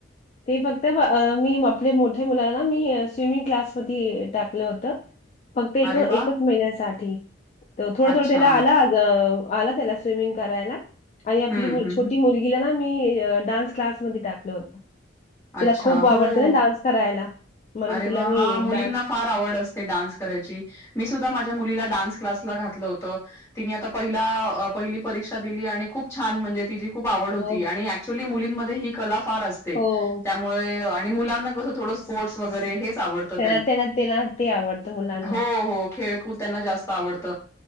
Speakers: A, on the left; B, on the left.
A: ते फक्त अ मी आपल्या मोठ्या मुलाला ना मी स्विमिंग क्लासमध्ये टाकलं होत फक्त एक
B: अरे वा
A: एकच महिन्यासाठी तर थोडं
B: अच्छा
A: थोडं त्याला आला आला त्याला स्विमिंग करायला? आणि
B: हम्म
A: आपली मुल-
B: हम्म
A: छोटी
B: हम्म.
A: मुलगीला ना मी.. डान्स क्लासमध्ये टाकलं होत. तिला
B: अच्छा
A: खूप आवडतं
B: हो
A: ना डान्स करायला? म्हणून
B: अरे
A: तिला
B: वा
A: मी
B: हा मुलींना
A: डान्स
B: फार आवड असते डान्स करायची मी सुद्धा माझ्या मुलीला डान्स क्लासला घातलं होत तिने आता पहिला पहिली परीक्षा दिली आणि खूप छान म्हणजे तिची खूप आवड होती
A: हो,
B: आणि ऍक्चली मुलीं -मुलींमध्ये ही कला फार असते
A: हो.
B: त्यामुळे आणि मुलाना कस थोडं स्पोर्टस वगैरे हे तेच आवडत
A: त्याला
B: त्यांना
A: त्याला त्याला ते आवडतं मुलांना.
B: <inaudible> हो -हो खळ जास्त आवड